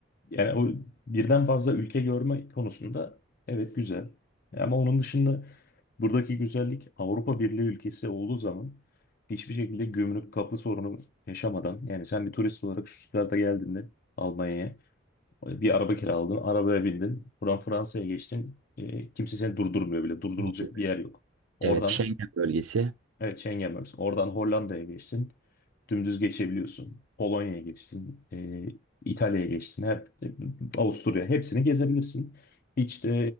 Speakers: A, on the left; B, on the right.
A: yani o birden fazla ülke görme konusunda evet güzel. Ama onun dışında buradaki güzellik Avrupa Birliği ülkesi olduğu zaman hiçbir şekilde gümrük kapı sorunu yaşamadan yani sen bir turist olarak şu Stuttgart'a geldiğinde Almanya'ya Bir araba kiraladın, arabaya bindin. Buradan Fransa'ya geçtin. E, kimse seni durdurmuyor bile. Durdurulacak
B: Mutlaka.
A: bir yer yok. Oradan,
B: Evet, Schengen bölgesi.
A: evet Schengen bölgesi. Oradan Hollanda'ya geçtin. Dümdüz geçebiliyorsun. Polonya'ya geçtin. E, İtalya'ya geçtin. Her, e, Avusturya. Hepsini gezebilirsin. Hiç de